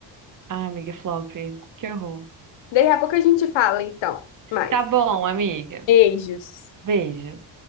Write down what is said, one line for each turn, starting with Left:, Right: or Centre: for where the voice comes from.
Right: Ai, amiga, flop. Que horror.
Left: Daí a pouco a gente fala, então. Mais.
Right: Tá bom, amiga.
Left: Beijos.
Right: Beijo.